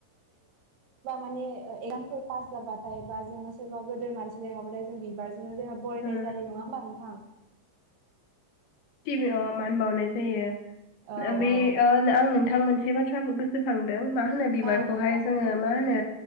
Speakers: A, on the right; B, on the left.
A: माने एगजामफोर पास जाबाथाय बा जोङो सोरबा गोदोर मानसि लिंहरबाथाय जों बिबार <unintelligible> बरायनाय
B: उम
A: जायो नङा होमबा नों थां।
B: टिभि अ मान बावनाय जायो।
A: औ
B: <unintelligible>
A: औ
B: से बाथ्राखौ गोसोखां दों मा होनो बिबारखौहाय
A: औ नोंथां
B: जोङो मा होनो।